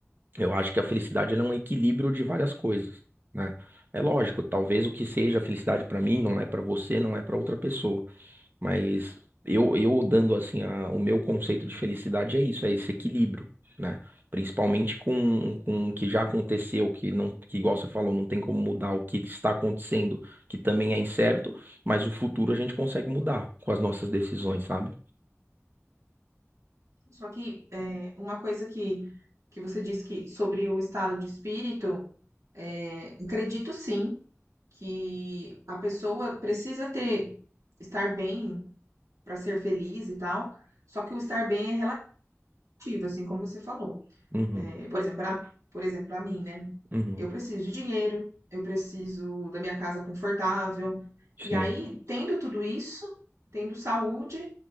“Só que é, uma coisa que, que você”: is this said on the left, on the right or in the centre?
Right